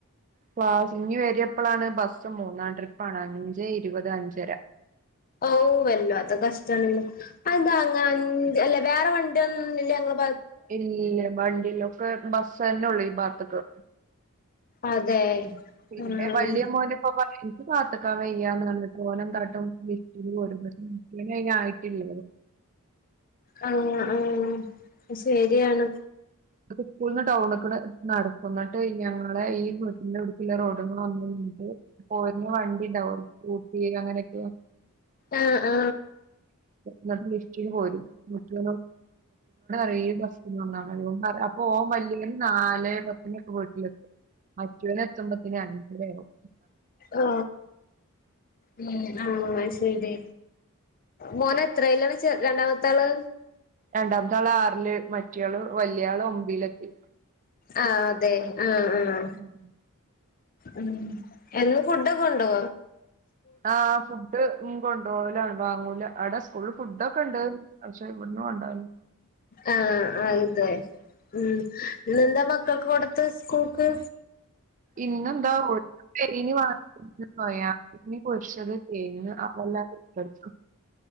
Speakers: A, on the right (about 35°); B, on the left (about 40°).
A: ക്ലാസ് ഇഞ്ഞി വരപ്പളാണ് ബസ്സ് മൂന്നാം ട്രിപ്പാണ് അഞ്ച് ഇരുപത് അഞ്ചര.
B: ഓ വല്ലത്തെ കഷ്ടണല്ലോ അതന്താ ങ്ങ? ല്ല വേറെ വണ്ടിന്നും ല്ല ങ്ങള്
A: ഇല്ല വണ്ടിയിലൊക്കെ ബസ്സന്നെള്ളൂ ഈ ഭാത്തക്ക്.
B: അതെ.
A: പിന്നെ
B: ആഹ്
A: വല്യ മോന്പ്പോ പ കാത്ക്കാൻ വെയ്യാന്നറഞ്ഞി ട്ടോനന്താട്ടും വി <unintelligible> ആയിട്ടില്ല.
B: ആ ആ ശരിയാണ്.
A: സ്കൂളന്ന് ടൌൺക്ണ് നടക്കും ന്നിട്ട് ഞങ്ങളെ ഈ വീട്ടന്റെടുക്കുള്ള റോഡമ്മ ന്നിട്ട് പോരുന്ന വണ്ടി ണ്ടാവും ഊട്ടി അങ്ങനെക്കെ
B: ആ ആ.
A: ന്നട്ട് ലിസ്റ്റിന് പോരും. ട് റിബസ്ന്നാ അപ്പൊ ഓന് വല്ല്യോൻ നാലെ പത്തിനൊക്കെ വീട്ടിലെത്തും. മറ്റൊന് എത്തൊമ്പത്തിന് അഞ്ചരാവും.
B: ഓ മ് ആ ശരി. മോനെത്രയിലാണ് ചേർ രണ്ടാമത്തെ ആള്?
A: രണ്ടാമത്തെ ആള് ആറില് മറ്റാള് വലിയ ആള് ഒമ്പിലെത്തി.
B: ആ അതെ. ആഹ് ആഹ്
A: ഉം
B: ഉം എന്നും ഫുഡൊക്കെണ്ടോ
A: ആ ഫുഡ്ഡ് ഉം കൊണ്ടോവലാണ് വാങ്ങൂല അവിടെ സ്കൂൾ ഫുഡ്ഡ്ക്കെണ്ട് പക്ഷേ ഇവിട്ന്ന് കൊണ്ടോ
B: അ അതെ ഉം നിന്റെ മക് ക്കൊക്കെ കൊടുത്ത് സ്കൂക്ക്
A: ഇന്നെന്താ <unintelligible> വാട്സാപ്പിൽ പറയാം ഇനി പോരിച്ചത് കേങ്ങ് അതെല്ലാതെ ഇഷ്ട്ടല്ലാരിക്കും